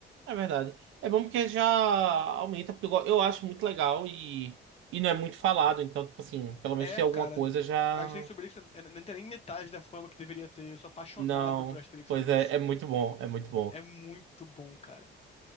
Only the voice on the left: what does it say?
É,
cara,
Asterix e Obelix n- não tem nem metade da fama que deveria ter. Eu sou apaixonado
por Asterix
e Obelix.
É muito bom, cara.